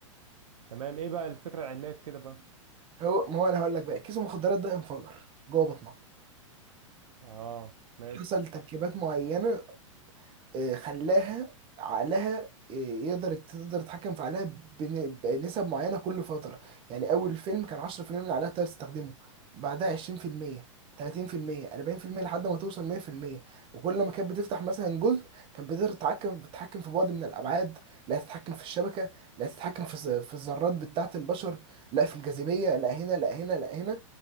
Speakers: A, on the right (about 90°); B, on the right (about 30°).
A: تمام ايه بقى الفكرة العلمية في كده بقى
B: هو ما هو انا هقول لك بقى كيس المخدرات ده انفجر جوه بطنها
A: اه ماشي
B: حصل تركيبات معينه آه، خلاها عقلها آه، يقدر تقدر تتحكم في عقلها بن- بنسب معينة كل فترة يعني أول فيلم كان 10% من عقلها تقدر تستخدمه بعدها 20% 30% 40% لحد ما توصل 100% وكل ما كانت بتفتح مثلا جزء كانت بتقدر تتحكم تتحكم في بعد من الأبعاد لا تتحكم في الشبكة لا تتحكم في الز- في الذرات بتاعة البشر لا في الجاذبية لا هنا لا هنا لا هنا